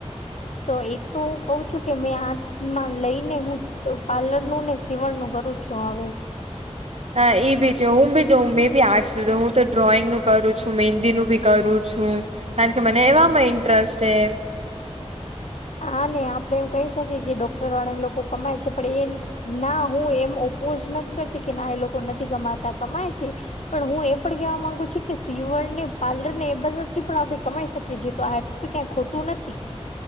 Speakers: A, on the left (about 80°); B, on the right (about 65°).
A: તો એ તો હું કઉ છું કે મેં આર્ટમાં લઈને હું તો પાર્લર નું ને સીવણનું કરું છું હવે
B: હા એ બી છે હું બી જોઉં મે બી આર્ટસ હું તો ડ્રોઈંગ નું કરું છું મેહંદી નું બી કરું છું કારણ કે મને એવામાં ઇન્ટરેસ્ટ છે
A: હા ને આપડે એમ કહી શકીએ કે ડોક્ટર વાળાને લોકો કમાય છે પણ એ ના હું એમ ઓપોઝ નથી કરતી કે ના એ લોકો નથી કમાતા કમાય છે. પણ હું એ પણ કેવા માંગુ છું કે સીવર ને પારલર ને એ બધા નથી પણ આપણે કમાઈ શકીએીએ તો આ કંય ખોટું નથી